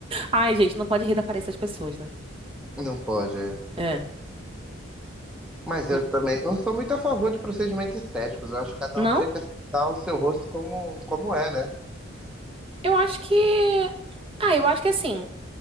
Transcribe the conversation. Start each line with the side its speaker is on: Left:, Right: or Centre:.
Right: Ai, gente, não pode rir da aparência das pessoas, né?
Centre: Não pode, é.
Right: É.
Centre: Mas eu
Right: M-
Centre: também não sou muito a favor de procedimentos estéticos. Eu acho que cada
Right: Não,
Centre: um tinha que aceitar o seu rosto como, como é, né?
Right: eu acho que. Ah, eu acho que assim,